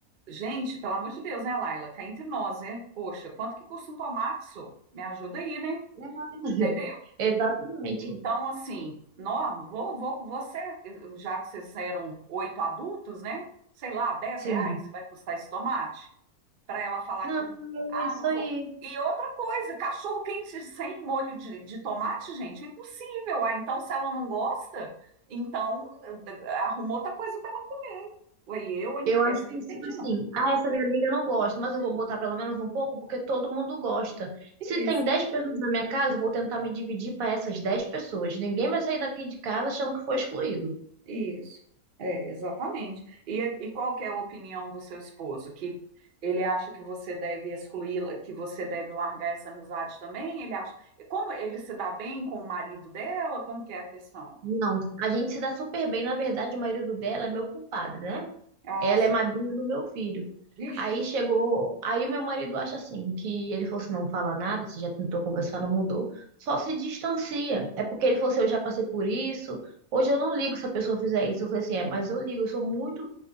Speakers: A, on the right; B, on the right.
A: gente, pelo amor de Deus, né, Laila? Cá entre nós, né? Poxa, quanto que custa um tomate? sô? Me ajuda aí, né?
B: É, <laughs>
A: Entendeu?
B: exatamente,
A: Então, assim, nó, vou, vou com você, já que vocês eram oito adultos, né? Sei lá, dez
B: sim.
A: reais vai custar esse tomate? para ela falar
B: Não,
A: que, ah,
B: é isso
A: não
B: aí.
A: vou. E outra coisa, cachorro quente sem molho de, de tomate, gente, é impossível. Ah, então se ela não gosta, então arruma outra coisa para ela comer. Oi, eu, hein?
B: Eu acho
A: Essa
B: que,
A: eu
B: tipo
A: entendi,
B: assim,
A: não.
B: ah, essa minha amiga não gosta, mas eu vou botar pelo menos um pouco porque todo mundo gosta. Se
A: Isso,
B: tem 10 pessoas na minha casa, eu vou tentar me dividir para essas 10 pessoas. Ninguém vai sair daqui de casa achando que foi excluído.
A: isso. É, exatamente. E, e qual que é a opinião do seu esposo? Que ele acha que você deve excluí-la, que você deve largar essa amizade também? Ele acha. e Como ele se dá bem com o marido dela? Como que é a questão?
B: Não, a gente se dá super bem. Na verdade, o marido dela é meu compadre, né?
A: Ah,
B: Ela
A: s-
B: é madrinha do meu filho.
A: vixe.
B: Aí chegou, aí o meu marido acha assim, que ele falou assim, não fala nada, você já tentou conversar, não mudou, só se distancia. É porque ele falou assim, eu já passei por isso, hoje eu não ligo se a pessoa fizer isso. Eu falei assim, é, mas eu ligo, eu sou muito